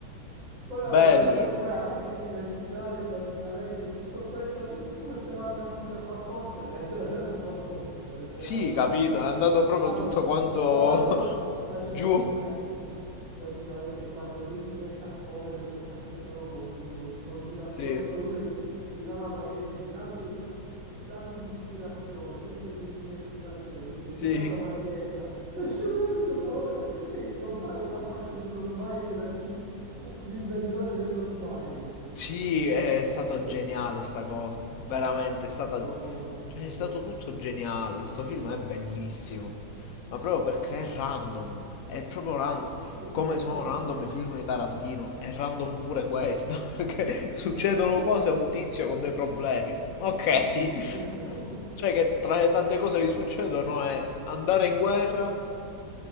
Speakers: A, on the right; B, on the left.
A: Poi la
B: Bello,
A: cosa bella
B: però.
A: è che poi alla fine, nel finale praticamente tutto quello che p- poteva andarsi a far fottere <laughs> è andato a far fottere, cioè letteralmente.
B: Sì, capito, è andato proprio
A: Trama,
B: tutto
A: ha
B: quanto
A: fatto
B: <laughs>
A: la scena
B: giù.
A: più bella, ma praticamente quando lui si mette a correre per qualche strano motivo, continua a correre,
B: Sì,
A: poi uno gli, gli dà la maglietta e dice dammi, la- dammi un'ispirazione, tu sei di mia ispirazione, dice gli
B: sì.
A: dà una maglietta, si asciuga il sudore e gli compare la faccia di uno smile da lì Cu- L'inventore dello smile.
B: Sì, è stato
A: <laughs>
B: geniale sta cosa. Veramente, è stata...
A: Clamoroso, clamoroso.
B: Cioè, è stato tutto geniale. Sto film è bellissimo. Ma proprio perché è random. È proprio random.
A: Sì, no,
B: Come
A: no,
B: sono
A: no.
B: random
A: no.
B: i film di Tarantino, è random pure questo. <laughs> Perché
A: Sì, esatto.
B: succedono cose a un tizio con dei problemi. Ok.
A: <laughs>
B: Cioè che tra le tante cose che gli succedono è andare in guerra,